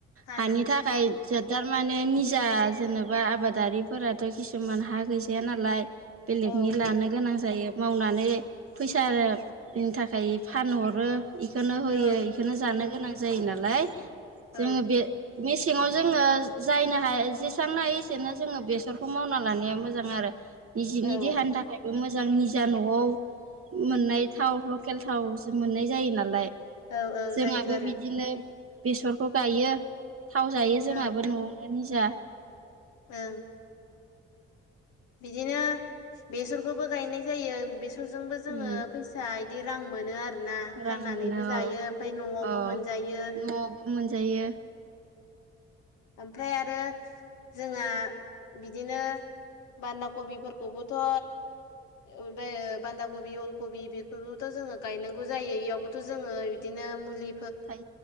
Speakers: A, on the left (about 80°); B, on the right (about 45°).
A: फानो
B: हानि थाखाय जो थारमाने निजा जेनेबा आबादारिफोराथ' किसुमान हा गैजाया नालाय बेलेगनि
A: औ
B: लानो गोनां जायो मावनानै फैसानि थाखाय फानहरो इखौनो होयो
A: औ
B: बे जानो गोनां जायो नालाय जों
A: औ
B: बे बेस मेसेङाव जोङो जायनो हायो जेसेनां हायो एसेनो जोङो बेसरखौ मावना लानाया मोजां आरो निजिनि
A: औ
B: देहानि थाखायबो मोज मोजां निजा न'आव मोननाय थाव लकेल थावसो मोननाय जायो नालाय
A: औ औ
B: जोंहाबो
A: जायोथ' आरो
B: बिदिनो बेसरखौ गायो थाव जायो जोंहाबो
A: ओं
B: न'आवनो निजा
A: ओं बिदिनो बेसरखौबो गायनाय जायो बेसरजोंबो जोङो
B: उम
A: फैस फिसा बिदि रां मोनो आरोना
B: रां
A: फाननानैबो
B: मोनो
A: जायो ओमफाय न'आवबो
B: अ
A: मोनजायो
B: न'आवबो मोनजायो
A: ओमफ्राय आरो जोंहा बिदिनो बान्दा कबिफोरखौबोथ' ओमफाय ओ बान्दा कबि अलकबि बेफोरबोथ' जोङो गायनांगौ जायो इयावबो थ' जोङो बिदिनो मुलि
B: फाय